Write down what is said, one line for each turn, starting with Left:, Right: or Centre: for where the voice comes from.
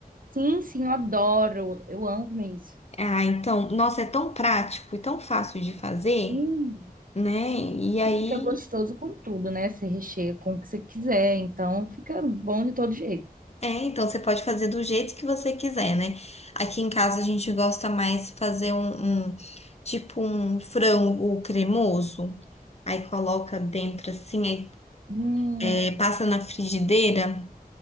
Right: sim, sim, eu adoro, eu amo comer isso.
Left: Ah, então, nossa, é tão prático e tão fácil de fazer,
Right: Hum,
Left: né? E aí
Right: E fica gostoso com tudo, né? Você recheia com o que você quiser, então fica bom de todo jeito.
Left: É, então você pode fazer do jeito que você quiser, né? Aqui em casa a gente gosta mais fazer um, um- tipo um frango cremoso. Aí coloca dentro assim, aí,
Right: Hum.
Left: é, passa na frigideira.